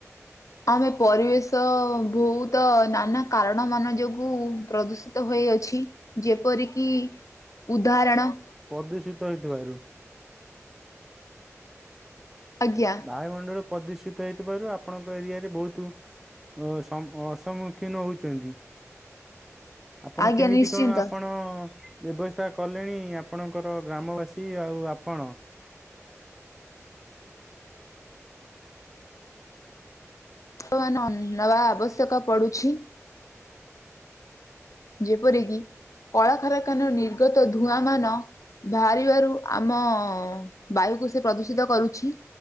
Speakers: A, on the left; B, in the centre.
A: ଆମେ ପରିବେଶ ବହୁତ ତ ନାନା କାରଣ ମାନ ଯୋଗୁ ପ୍ରଦୂଷିତ ହୋଇଅଛି। ଯେପରିକି ଉଦାହରଣ
B: ପଦୂଷିତ ହୋଇଥିବାରୁ।
A: ଆଜ୍ଞା।
B: ବାୟୁମଣ୍ଡଳ ପ୍ରଦୂଷିତ ହେଇଥିବାରୁ ଆପଣଙ୍କ ଏରିଆରେ ବହୁତ ଅସମ ଅସମୁଖୀନ ହଉଛନ୍ତି। ଆପଣ
A: ଆଜ୍ଞା
B: କେମିତି
A: ନିଶ୍ଚିନ୍ତ
B: କଣ ଆପଣ ବ୍ୟବସ୍ଥା କଲେଣି ଆପ ଆପଣଙ୍କର ଗ୍ରାମବାସୀ ଆଉ ଆପଣ
A: ବର୍ତ୍ତମାନ ନେବା ଆବଶ୍ୟକ ପଡୁଛି। ଯେପରିକି କଳକାରଖାନା ନିର୍ଗତ ଧୂଆଁ ମାନ ବାହାରିବାରୁ ଆମ ବାୟୁକୁ ସେ ପ୍ରଦୂଷିତ କରୁଛି।